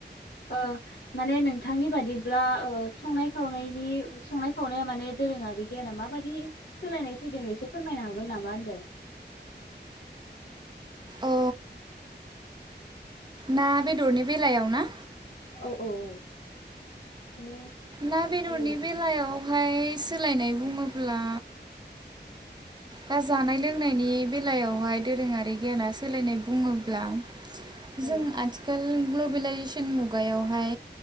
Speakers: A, on the left; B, on the right.
A: ओ माने नोंथांनि बादिब्ला ओ संनाय खावनायनि संनाय खावनाया माने दोरोङारि गियाना माबादि सोलायनाय फैदों एसे फोरमायनो हागोन नामा होनदों
B: औ ना बेदरनि बेलायाव ना
A: औ औ माने
B: ना बेदरनि
A: औ बिदि
B: बेलायावहाय सोलायनाय बुङोब्ला दा जानाय लोंनायनि बेलायावहाय दोरोङारि गियाना सोलायनाय बुङोब्ला
A: औ
B: जों आथिखाल ग्लबेलाइजेसन मुगायावहाय